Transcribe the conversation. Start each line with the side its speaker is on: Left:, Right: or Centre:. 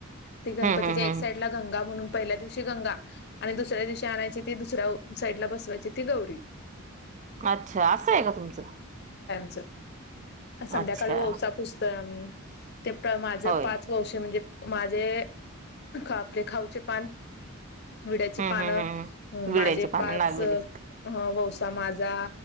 Left: ती गणपतीच्या
Right: हम्म हम्म
Left: एक
Right: हम्म
Left: साइड ला गंगा म्हणून पहिल्या दिवशी गंगा आणि दुसऱ्या दिवशी आणायची त दुसऱ्या साईड ला बसवायची ती गौरी
Right: अच्छा असं आहे का तुमचं
Left: क अन संध्याकाळी
Right: अच्छा
Left: ओवसा पुजतोय आम्ही. ते प्र माझं
Right: होय
Left: पाच वंश म्हणजे माझे आपले खाऊचे पान विड्याची
Right: हम्म
Left: पानं
Right: हम्म हम्म विड्याची
Left: माझे
Right: पानं
Left: पाच
Right: नागवेलीची
Left: अ ह ववसा माझा